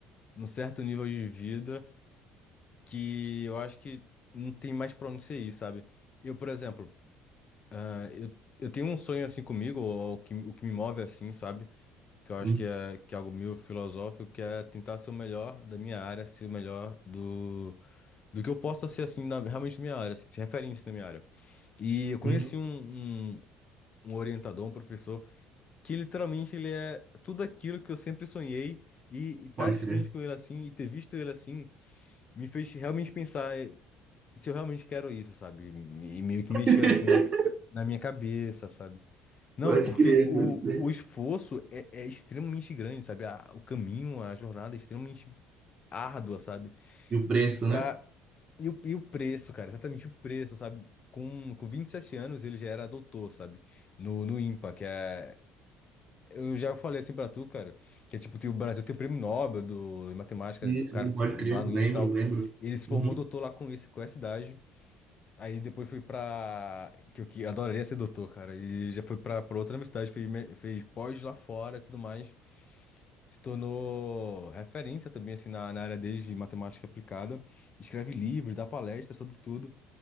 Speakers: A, on the left; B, on the right.
A: num certo nível de vida que eu acho que não tem mais pra onde você ir, sabe? Eu, por exemplo. Ah, eu, eu tenho um sonho assim comigo, ou o que, o que me move assim, sabe? Que eu acho
B: Hum,
A: que é, que é algo meio filosófico, que é tentar ser o melhor da minha área, ser o melhor do, do que eu possa ser assim, na, realmente na minha área, assim, ser referência na minha área. E eu conheci
B: hum,
A: um, um, um orientador, um professor, que literalmente ele é tudo aquilo que eu sempre sonhei, e estar
B: pode
A: tá de
B: crer.
A: frente com ele assim, e ter visto ele assim, me fez realmente pensar eh, se eu realmente quero isso, sabe? E meio que mexeu
B: <laughs>
A: assim na minha cabeça, sabe? Não,
B: Pode
A: porque
B: crer,
A: o,
B: pode crer.
A: o esforço é, é extremamente grande, sabe? A- o caminho, a jornada é extremamente árdua, sabe?
B: E o preço,
A: Pra...
B: né?
A: E o, e o preço, cara, exatamente o preço, sabe? Com, com 27 anos ele já era doutor, sabe? No, no IMPA, que é. Eu já falei assim pra tu, cara, que é tipo, tem, o Brasil tem o prêmio Nobel do, de matemática,
B: Isso,
A: do cara
B: sim, pode
A: lá
B: crer.
A: no
B: Lembro,
A: IMPA e tal.
B: lembro.
A: Ele se
B: Uhum.
A: formou doutor lá com, esse, com essa idade Aí depois fui pra. Que eu que adoraria ser doutor, cara. E já fui pra, pra outra universidade, fez, me- fez pós lá fora e tudo mais. Se tornou referência também, assim, na, na área dele de matemática aplicada. Escreve livros, dá palestras sobre tudo.